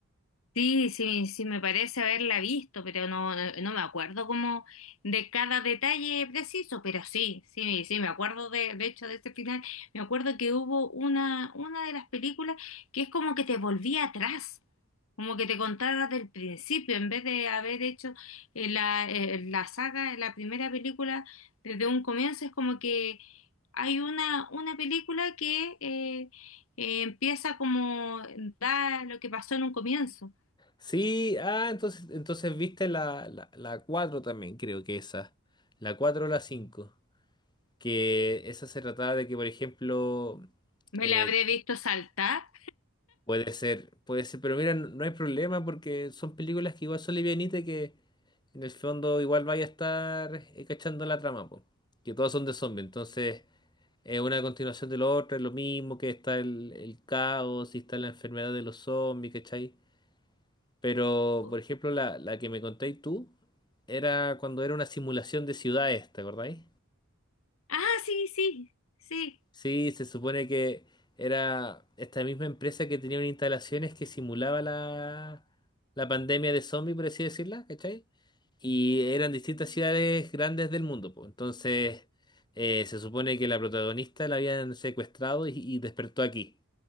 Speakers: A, on the left; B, on the left.
A: Sí, sí, sí, me parece haberla visto, pero no, no me acuerdo como de cada detalle preciso, pero sí, sí, sí, me acuerdo de, de hecho de este final, me acuerdo que hubo una, una de las películas que es como que te volvía atrás, como que te contara del principio, en vez de haber hecho eh, la, eh, la saga, la primera película desde un comienzo, es como que hay una, una película que eh, eh, empieza como da lo que pasó en un comienzo.
B: Sí, ah, entonces, entonces viste la, la, la 4 también, creo que esa. La 4 o la cinco Que esa se trataba de que, por ejemplo,
A: Me
B: eh,
A: la habré visto saltar.
B: puede ser, puede ser, pero mira, no no hay problema porque son películas que igual son livianitas y que en el fondo igual vaya a estar eh, cachando la trama, po, Que todas son de zombies, entonces Es una continuación de lo otro, es lo mismo que está el, el caos y está la enfermedad de los zombies, ¿cachai? Pero,
A: Oh,
B: por ejemplo, la, la que me contéis tú era cuando era una simulación de ciudades, ¿te acordáis?
A: Ah, sí, sí, sí.
B: Sí, se supone que era esta misma empresa que tenía unas instalaciones que simulaba la, la pandemia de zombies, por así decirla, ¿cachai? Y eran distintas ciudades grandes del mundo, pues. Entonces, eh, se supone que la protagonista la habían secuestrado y y despertó aquí.